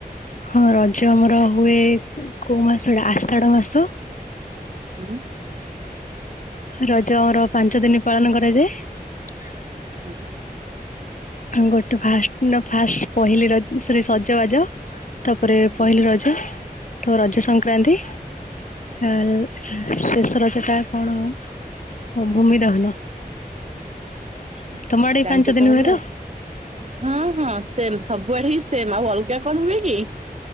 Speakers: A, on the left; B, on the right.
A: ହଁ ରଜ ଆମର ହୁଏ କୋଉ ମାସଟା ଆଷାଢ ମାସ
B: ହଁ
A: ରଜ ଆମର ପାଞ୍ଚ ଦିନ ପାଳନ କରାଯାଏ।
B: ହୁ।
A: ଆ ଗୋଟେ ଫା ଫାଷ୍ଟ ପହିଲି ର ସରି ସଜବାଜ। ତାପରେ ପହିଲି
B: ହୁଁ।
A: ରଜ ତା ରଜ ସଂକ୍ରାନ୍ତି। ଆ ଶେଷ ରଜ ଟା କଣ? ଓ ଭୂମି ଦହନ।
B: ଆଛା
A: ତମ ଆଡେ ଏଇ
B: ଜାଣିଛ
A: ପାଞ୍ଚ ଦିନ
B: ତା ହେଲେ
A: ହୁଏ ତ?
B: ଆଉ। ହଁ ହଁ ସେମ ସବୁବେଳେ ହିଁ ସେମ ଆଉ ଅଲଗା କଣ ହୁଏ କି?